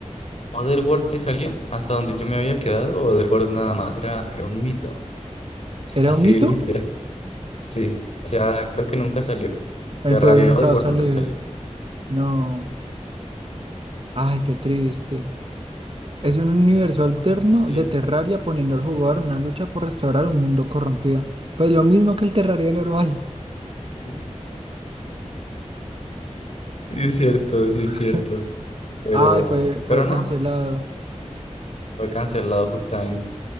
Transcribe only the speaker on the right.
Era
un mito,
entonces
nunca
va a salir.
No, ay, qué triste. Es un universo alterno
de Terraria poniendo al jugador en una lucha por restaurar un mundo corrompido. Pues lo mismo que el Terraria normal.
<laughs>
Ay, fue, fue
cancelado.